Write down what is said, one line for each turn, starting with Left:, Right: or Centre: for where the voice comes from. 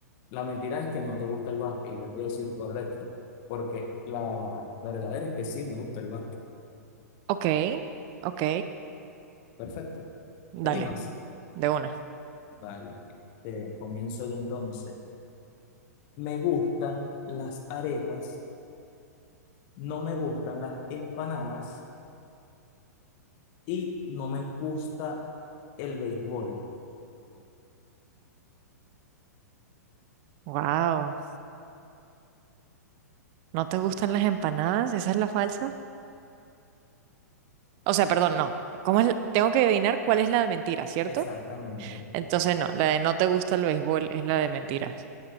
Left: La mentira es que no te gusta el básquet, y yo te digo decir correcto, porque la verdadera es que sí me gusta el básquet.
Right: Ok, ok,
Left: Perfecto.
Right: dale,
Left: ¿Te animas?
Right: de una.
Left: Vale. Este, comienzo yo entonces. Me gustan las arepas, no me gustan las empanadas y no me gusta el béisbol.
Right: Wow, ¿no te gustan las empanadas? ¿Esa es la falsa? O sea, perdón, no. ¿Cómo es? la- Tengo que adivinar cuál es la de mentira, ¿cierto?
Left: Exactamente.
Right: Entonces no, la de no te gusta el béisbol es la de mentiras.